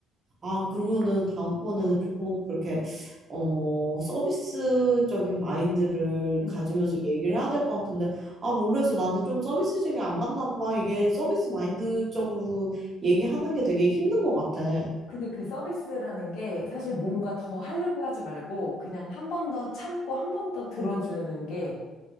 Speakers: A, on the right; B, on the left.
A: 아 그러면은 다음번에는
B: 어,
A: 조금 그렇게 어 서비스적인 마인드를
B: 음.
A: 가지면서 얘기를 해야 될 것 같은데 아 모르겠어 나는 좀 서비스적이 안 맞나 봐 이게 서비스 마인드적으로 얘기하는 게 되게 힘든 것 같아.
B: 근데 그 서비스라는 게 사실 뭔가 더 하려고 하지 말고 그냥 한 번 더 참고 한 번 더 들어주는 게